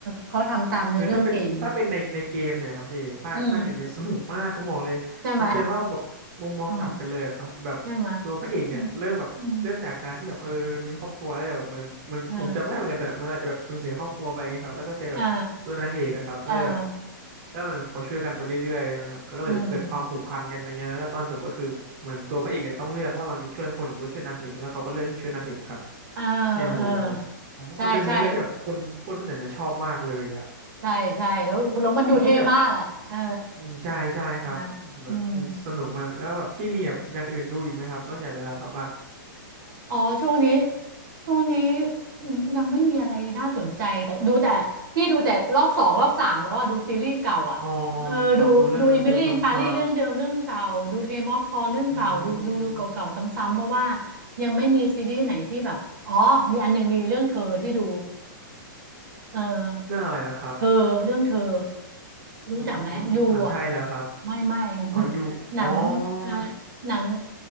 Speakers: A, on the right; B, on the right.
A: เขาทำตามเนื้อเรื่องเกม
B: คือถ้าเป็นถ้าเป็นในในเกมเนี่ยครับพี่ภาคภาคหนึ่งเนี่ยสนุกมากผมบอกเลยมันจะเล่าแบบมุมมองกลับกันเลยครับแบบตัวพระเอกเนี่ยเริ่มแบบเริ่มจากการที่แบบเออมีครอบครัวแล้วแบบเหมือนเหมือนผมจำไม่ได้เหมือนกันแต่เหมื่อนอาจจะแบบสูญเสียครอบครัวไปอย่างเงี้ยครับแล้วก็เจอแบบ
A: อืมใช่ไหม อืมใช่ไหมอืมอืมเออเออ
B: ตัวนางเอกอะครับก็เลยแบบ
A: เออ
B: เออมันเขาช่วยกันไปเรื่อยๆใช่ไหมครับก็เลยเกิดความผูกพันกันอย่างเงี้ยแล้วก็ตอนจบก็คือเหมือนตัวพระเอกเนี่ยต้องเลือกระหว่างจะช่วยคนหรือว่าช่วยนางเอกแล้วเขาก็เลือกที่ช่วยนางเอกครับ
A: อืมเออ
B: เนี่ยโหผมผมว่ามันเป็นเนื้อเรื่องที่แบบคนคนส่วนใหญ่นะชอบมากเลยอะ
A: เออใช่ใช่ใช่ใช่แล้วแล้วมันดูเท่มากอ่ะเออ
B: แล้วพี่แบบอืมใช่ใช่ครับแบบมันสนุกมากแล้วแบบพี่มีแบบอย่างอื่นดูอีกไหมครับนอกจากเดอะลาสต์ออฟอัส
A: ใช่ไหมาอืมอืม อ๋อช่วงนี้ช่วงนี้อืมยังไม่มีอะไรน่าสนใจแต่ดูแต่พี่ดูแต่รอบสองรอบสามแล้วอ่ะดูซีรีส์เก่าอ่ะเออดูดูอิมิลี่อินปารีเรื่องเดิมเรื่องเก่าดูเกมออฟทรอนเรื่องเก่าดูดูดูเก่าๆซ้ำๆเพราะว่า
B: อ๋อแบบดูเรื่องเดิมๆซ้ำๆอืม
A: ยังไม่มีซีรีส์ไหนที่แบบอ๋อมีอันหนึ่งมีเรื่องเธอที่ดู เออ
B: เรื่องอะไรนะครับ
A: เธอเรื่องเธอรู้จักไหมยูอ่ะ
B: อ๋อเป็นหนังไทยเหรอครับ
A: ไม่ไม่ <laughs>
B: อ๋ออยู่อ๋อ
A: หนังอ่า
B: มัน
A: หนัง